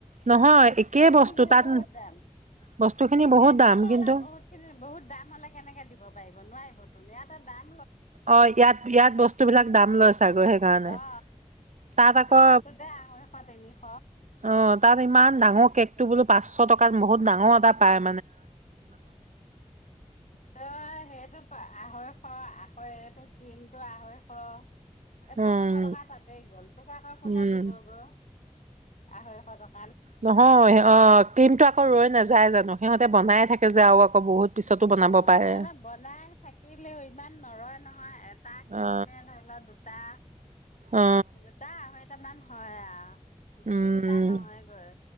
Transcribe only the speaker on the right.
নহয় একেই
তাত
বস্তু খিনি
বহুত
দাম
কিন্তু
অ' ইয়াত, ইয়াত বস্তু বিলাক দাম লৈছে। ছাগই সেইকাৰণে
তাত আকৌ
অ' তাত ইমান ডাঙৰ
কেকটো পাঁচশ টকাত, বহুত ডাঙৰ এটা পায়। পা
উম
উম
নহয় অ' ক্ৰীমতটো আকৌ ৰৈ নাযায়। যাই জানো সিহঁতে বনাই থাকে যে আৰু আকৌ বহুত পিছতো বনাব
পাৰে
অ
অ
উম